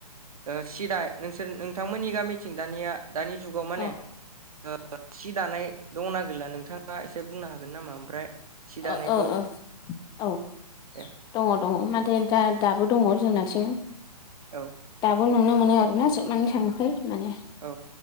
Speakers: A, on the right; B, on the left.
A: ओ सिदाय नोंसोर नोंथांमोननि गामिथिं दानिया दानि जुगाव माने
B: औ
A: ओ सि दानाय दंना गैला नोंथां। आ एसे बुंनो हागोन नामा ओमफ्राय सि दानायखौ
B: अ अ अ औ।
A: दे
B: दङ दङ माथे दा दाबो दङ जोंनाथिं
A: औ
B: दाबो नुनो मोनो आरोना जोबनानै थाङाखै माने।
A: औ